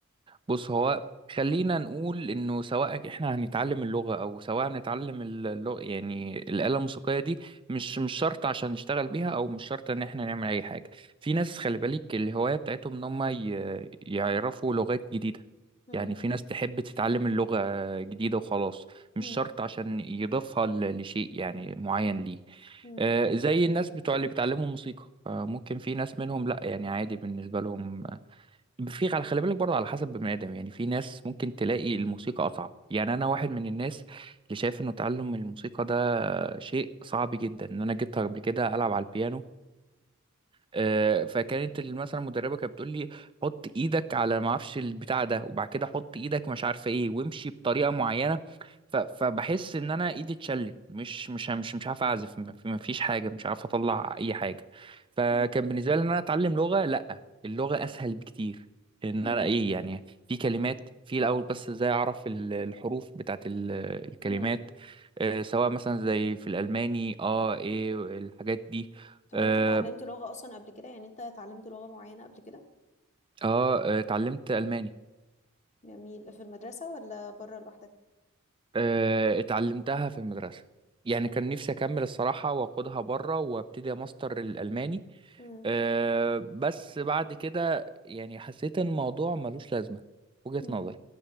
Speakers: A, on the right; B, on the left.
A: بص هو خلينا نقول انه سواء احنا هنتعلم اللغه او سواء هنتعلم اللغة يعني الاله الموسيقيه دي مش مش شرط عشان نشتغل بيها او مش شرط ان احنا نعمل اي حاجه في ناس خلي بالك الهوايه بتاعتهم ان هم ي- يعرفوا لغات جديده
B: مم.
A: يعني في ناس تحب تتعلم اللغه جديده وخلاص مش
B: مم.
A: شرط عشان يضيفها ل- لشيء يعني معين ليه
B: مم.
A: آه، زي الناس بتوع اللي بيتعلموا موسيقى آه، ممكن في ناس منهم لا يعني عادي بالنسبه لهم في على خلي بالك برضه على حسب بني ادم يعني في ناس ممكن تلاقي الموسيقى اصعب يعني انا واحد من الناس اللي شايف انه تعلم الموسيقى ده شيء صعب جدا ان انا جيت قبل كده العب على البيانو آه، فكانت ال- مثلا المدربه كانت بتقول لي حط ايدك على ما اعرفش البتاع ده وبعد كده حط ايدك مش عارفه ايه وامشي بطريقه معينه ف- فبحس ان انا ايدي اتشلت مش مش مش مش عارف اعزف ما في- ما فيش حاجه مش عارف اطلع اي حاجه فكان
B: مم.
A: بالنسبه لي ان انا اتعلم لغه لا اللغه اسهل بكتير ان
B: مم.
A: انا ايه يعني في كلمات في الاول بس ازاي اعرف ال- الحروف بتاعت ال- الكلمات
B: امم
A: آه، سواء مثلا زي في الالماني اه ايه الحاجات دي
B: طب
A: آه،
B: انت اتعلمت لغة اصلا قبل كده يعني انت اتعلمت لغة معينة قبل كده
A: اه آه، اتعلمت الماني
B: جميل في المدرسة ولا بره لوحدك
A: آه، اتعلمتها في المدرسه يعني كان نفسي اكمل الصراحه واخدها بره وابتدي ماستر الالماني
B: امم
A: آه، بس بعد كده يعني حسيت ان الموضوع ملوش لازمه في وجهه
B: امم
A: نظري